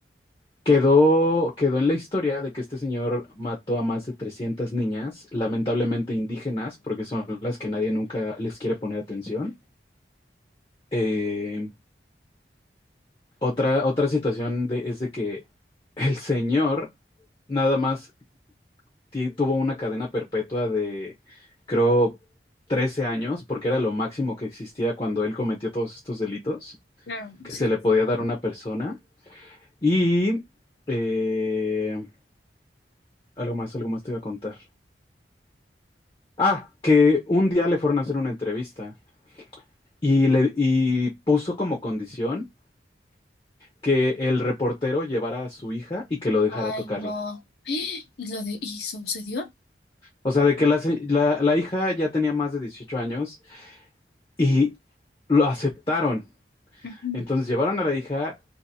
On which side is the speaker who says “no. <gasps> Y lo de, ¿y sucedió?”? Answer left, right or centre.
Left